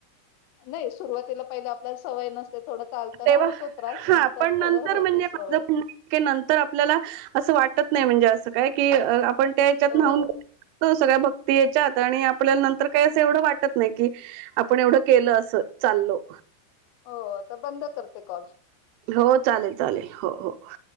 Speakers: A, on the left (about 85°); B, on the right (about 80°).
A: नाही सुरुवातीला पहिला आपल्याला सवय नसते थोडं चालताना
B: तेव्हा
A: होतो त्रास नंतर
B: हा पण
A: थोडं
B: नंतर
A: होते
B: म्हणजे
A: सवय
B: माझं म्हणणं आहे की नंतर आपल्याला असं वाटत नाही म्हणजे असं काय की आपण त्याच्यात
A: हो.
B: न्हाऊन तो सगळ्या भक्तीच्यात आणि आपल्याला नंतर काही असं एवढं वाटत नाही, की आपण एवढं केलं असं चाललो
A: हो बंद करते कॉल.
B: हो चालेल चालेल हो हो <unintelligible>